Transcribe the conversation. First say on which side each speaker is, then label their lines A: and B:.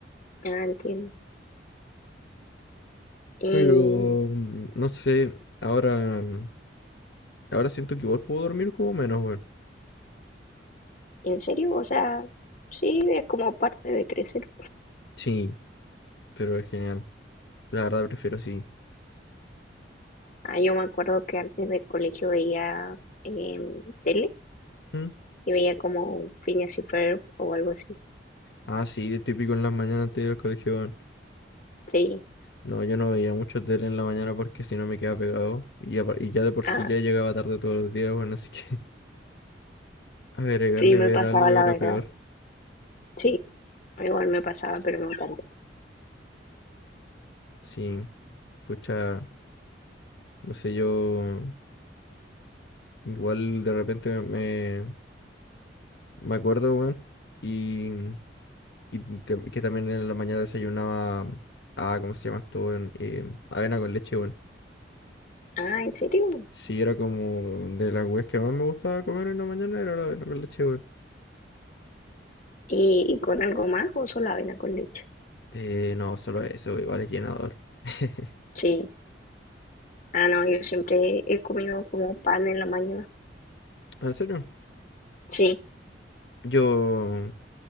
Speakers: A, on the left; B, on the left.
A: Ah, entiendo. Y
B: Pero mm, no sé, ahora, mm, ahora siento que igual puedo dormir como menos, weón.
A: ¿En serio? O sea, sí, es como parte de crecer.
B: Sí, pero es genial. La verdad prefiero así.
A: Ah, yo me acuerdo que antes del colegio veía em, tele
B: ¿Mm?
A: y veía como Phineas y Ferb o algo así.
B: Ah, sí, de típico en las mañanas antes de ir al colegio, weón.
A: Sí,
B: No, yo no veía mucho tele en la mañana porque si no me quedaba pegado. Y ya, y ya de por
A: ah,
B: sí ya llegaba tarde todos los días, bueno, así que <laughs> agregarle
A: sí me
B: ver
A: pasaba
B: algo
A: la
B: era
A: verdad.
B: peor.
A: Sí, igual me pasaba, pero no tanto.
B: Sí, pucha, no sé, yo igual de repente me, me acuerdo, weón. Y, y te- que también en la mañana desayunaba, ah, ¿cómo se llama esto, weón? Eh, avena con leche, weón.
A: Ah, ¿en serio?
B: Sí, era como de las weas que más me gustaba comer en la mañana, era la avena con leche, weón.
A: ¿Y, y con algo más o solo avena con leche?
B: Eh, no, solo eso, igual es llenador. <laughs>
A: Sí. Ah, no, yo siempre he comido como pan en la mañana.
B: ¿En serio?
A: Sí.
B: Yo